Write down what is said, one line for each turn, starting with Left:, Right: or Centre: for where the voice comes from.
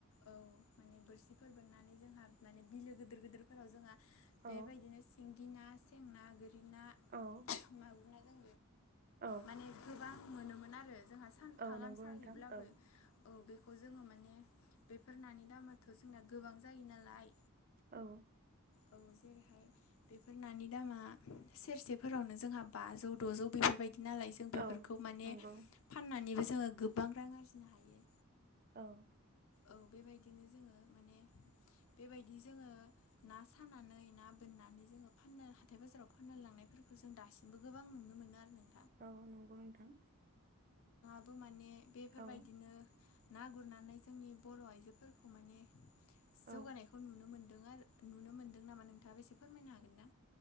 Left: औ बोरसिफोर बोननानै जोंहा मानै बिलो गिदिर गिदिरफोराव जोंङो
Right: औ
Left: बि ना सेंना गोरि ना
Right: औ
Left: मागुर ना जों
Right: औ
Left: माने गोबां मोनोमोन आरो जोंहा सानफा
Right: औ
Left: गाम
Right: नंगौ
Left: साहैब्लाबो
Right: नोंथां औ
Left: औ बेखौ जोङो माने बेफोर नानि दामाथ जोंना गोबां जायो नालाय
Right: औ
Left: औ जेरैहाय बेफोर नानि दामा सेरसेफोरावनो जोंहा बाजौ दजौ बेफोरबायदि नालाय जों बेफोरखौ
Right: औ
Left: माने
Right: नंगौ
Left: फाननानैबो जोङो गोबां रां आरजिनो हायो
Right: औ
Left: औ बेबायदिनो जोङो माने बेबायदि जोङो ना सानानै ना बोननानै जोङो फाननो हाथाय बाजाराव फाननो लांनाय फोरखौ जों दासिमबो गोबां नुनो मोनो आरो नों
Right: औ नंगौ नोंथां
Left: बो माने बेफोरबायदिनो
Right: औ
Left: ना गुरनानै जोंनि बर आइजोफोरखौ माने जौगानायखौ
Right: औ
Left: नुनो मोनदों आरो नुनो मोनदों नामा नोंथाङाबो एसे फोरमायनो हागोन ना